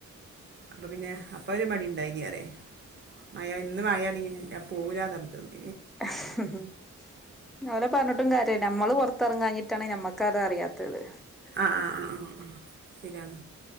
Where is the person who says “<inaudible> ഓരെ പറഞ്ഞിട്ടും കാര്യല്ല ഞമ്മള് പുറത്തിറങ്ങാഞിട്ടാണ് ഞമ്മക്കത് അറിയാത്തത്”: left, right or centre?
Centre